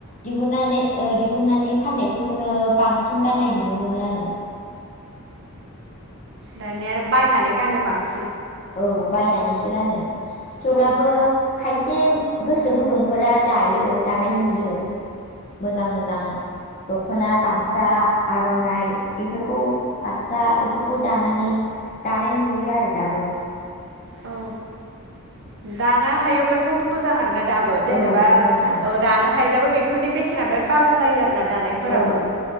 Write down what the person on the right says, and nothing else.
दानि आरो बायनानै गानो बांसिन
औ
औ दानो हायोब्लाथ' मोजां आरोना दाबो जेनेबा
ओ दानो हायो बो बेफोरनि बेसेना बिराद बारा जायो आरोना दानायफोराबो